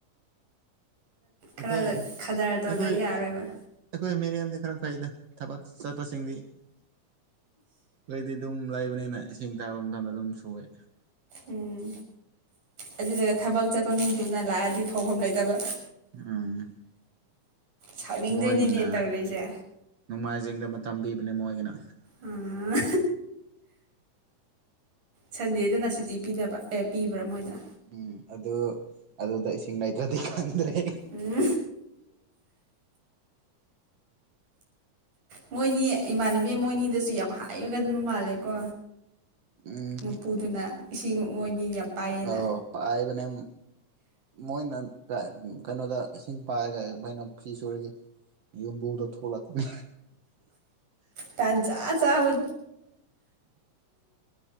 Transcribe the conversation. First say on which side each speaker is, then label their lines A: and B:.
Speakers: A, on the right; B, on the right.
A: ꯑꯩꯈꯣꯏ
B: ꯈꯔ ꯈꯗꯔ ꯇꯧꯗ
A: ꯑꯩꯈꯣꯏ
B: ꯌꯥꯔꯣꯏꯕ
A: ꯑꯩꯈꯣꯏ ꯃꯦꯔ ꯑꯃꯗꯤꯗꯤ ꯈꯔ ꯐꯩꯗ ꯊꯕꯛ ꯆꯠꯄꯁꯤꯡꯗꯤ ꯀꯣꯏꯗꯤ ꯑꯗꯨꯝ ꯂꯥꯛꯕꯅꯦ ꯑꯩꯅ ꯏꯁꯤꯡ ꯇꯥꯕ ꯃꯇꯝꯗ ꯑꯗꯨꯝ ꯁꯨꯑꯦ
B: ꯎꯝ ꯑꯗꯨꯗꯨꯒ ꯊꯕꯛ ꯆꯠꯄ ꯃꯤꯗꯨꯅ ꯂꯥꯛꯑꯗꯤ ꯐꯥꯎꯐꯝ ꯂꯩꯇꯕ
A: ꯑꯥ
B: ꯁꯥꯎꯅꯤꯡꯗꯣꯏꯅꯤꯅꯦ
A: ꯃꯣꯏꯒꯤꯅ
B: ꯇꯧꯔꯤꯁꯦ
A: ꯅꯣꯡꯃꯥꯏꯖꯤꯡꯗ ꯇꯝꯕꯤꯕꯅꯦ ꯃꯣꯏꯒꯤꯅ
B: ꯎꯝ ꯁꯟꯗꯦꯗꯅ ꯁꯤꯇꯤ ꯄꯤꯗꯕ ꯑꯦ ꯄꯤꯕ꯭ꯔꯥ ꯃꯣꯏꯗ
A: ꯎꯝ ꯑꯗꯨ ꯑꯗꯨꯗ ꯏꯁꯤꯡ ꯂꯩꯇ꯭ꯔꯗꯤ ꯗ꯭ꯔꯦ
B: ꯎꯝ ꯃꯣꯏꯅꯤ ꯏꯃꯥꯟꯅꯕꯤ ꯃꯣꯏꯅꯤꯗꯁꯨ ꯌꯥꯝ ꯍꯥꯏꯔꯒꯕ ꯃꯥꯜꯂꯦꯀꯣ
A: ꯎꯝ
B: ꯃ ꯄꯨꯗꯨꯅ ꯆꯤꯡ ꯃꯣꯏꯅꯤ ꯌꯥꯝ ꯄꯥꯏꯌꯦꯅ
A: ꯑ ꯄꯥꯏ ꯃꯅꯦ ꯃꯣꯏ ꯀꯩꯅꯣꯗ ꯏꯁꯤꯡ ꯄꯥꯏꯔꯒ ꯀꯩꯅꯣ ꯐ꯭ꯤ ꯁꯨꯔꯗꯤ ꯌꯨꯝꯕꯨꯗꯣ ꯊꯣꯛꯂꯛꯅꯤ
B: ꯇꯥꯟ ꯆꯥ ꯆꯥ ꯃ